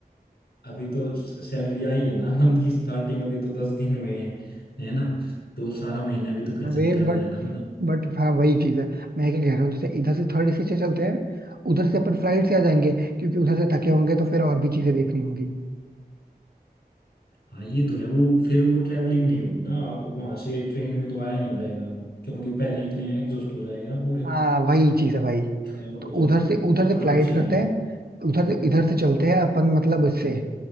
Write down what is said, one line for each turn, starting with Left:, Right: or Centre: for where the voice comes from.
Left: अभी तो सैलरी आई है ना मंथ की स्टार्टिंग अभी तो दस दिन हुए हैं है ना तो सारा महीना भी तो खर्च
Right: अरे
Left: निकालना
Right: बट
Left: है ना बना
Right: बट हाँ वही चीज है मैं क्या कह रहा हूँ जैसे इधर से थर्ड एसी से चलते हैं उधर से अपन फ्लाइट से आ जाएंगे क्योंकि उधर से थके होंगे तो फिर और भी चीजें देखनी होंगी
Left: हाँ ये तो है वो फिर वो ट्रैवलिंग नहीं होगी ना वहां से ट्रेन में तो आया नहीं जाएगा क्योंकि पहले इतने एग्जॉस्ट हो जाएगा पूरे
Right: हाँ वही चीज है भाई
Left: थकावट
Right: तो
Left: हो जाएगी
Right: उधर से
Left: तो
Right: उधर
Left: आराम
Right: से फ्लाइट
Left: से
Right: करते
Left: आएंगे
Right: हैं उधर से इधर से चलते हैं अपन मतलब उससे